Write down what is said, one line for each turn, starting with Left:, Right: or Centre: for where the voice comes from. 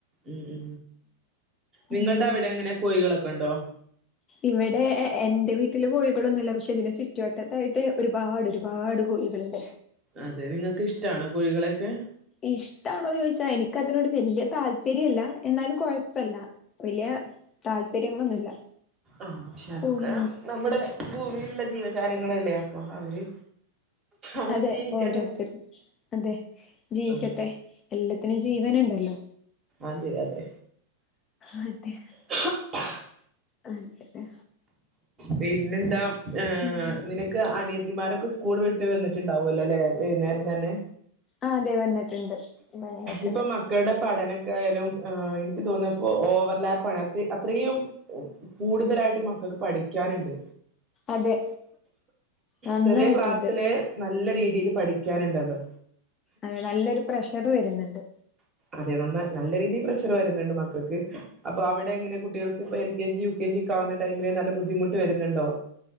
Right: ഉ ഉ നിങ്ങൾടെ
Left: അങ്ങനെ
Right: അവിടെ എങ്ങനെ കോഴികളൊക്കെ ഉണ്ടോ
Left: ഇവിടെ എ എന്റെ വീട്ടില് കോഴികളൊന്നുമല്ല പക്ഷേ ഇതിന്റെ ചുറ്റുവട്ടത്തായിട്ട് ഒരുപാട് ഒരുപാട് കോഴികളുണ്ട്
Right: അതെ നിങ്ങൾക്ക് ഇഷ്ടാണോ കോഴികളെയൊക്കെ
Left: ഇഷ്ടാണോ ചോദിച്ചാ എനിക്കതിനോട് വല്യ താല് പ്പര്യം ഇല്ല എന്നാലും കൊഴപ്പമില്ല വലിയ താല്പര്യങ്ങളൊന്നുല്ല
Right: ആഹ്പക്ഷേ അതൊക്കെ
Left: കോഴി
Right: നമ്മുടെ ഭൂമിയിലുള്ള ജീവജാലങ്ങളല്ലേ അപ്പോ അവര് അവരും
Left: അതെ
Right: ജീവിക്കട്ടെ
Left: ഓരോരുത്തരും അതെ ജീവിക്കട്ടെ
Right: ആഹ്
Left: എല്ലത്തിനും ജീവനുണ്ടല്ലോ
Right: അതെ അതെ
Left: അതെ
Right: <unintelligible>
Left: അതെ അതെ
Right: പിന്നെന്താ ഏ
Left: ഉം
Right: നിനക്ക് അനിയത്തിമാരൊക്കെ സ് സ്കൂൾ വിട്ട് വന്നിട്ടണ്ടാവോലല്ലോ വൈന്നാരം തന്നെ
Left: ആഹ് അതെ വന്നിട്ടുണ്ട് വന്നിട്ടുണ്ട്
Right: ഇപ്പം മ മക്കളുടെ പഠനക്കായാലും ് എനിക്ക് തോന്നിയപ്പോ ഓവർലാപ്പാണ് അ അത്രയും കൂടുതലായിട്ട് മക്കൾക്ക് പഠിക്കാനുണ്ട്
Left: അതെ നന്നായിട്ടുണ്ട്
Right: ചെറിയ ക്ലാസ്സിലെ നല്ല രീതിൽ പഠിക്കാനുണ്ടല്ലോ
Left: അതെ നല്ലൊരു പ്രഷർ വരുന്നുണ്ട്
Right: അതെ നമ്മ നല്ല രീതിയിൽ പ്രഷർ വരുന്നുണ്ട് മക്കൾക്ക് അപ്പൊ അവിടെ എങ്ങനെ കുട്ടികൾക്ക് ഇപ്പൊ L K G U K G ആവുന്ന ടൈമില് നല്ല ബുദ്ധിമുട്ട് വരുന്നുണ്ടോ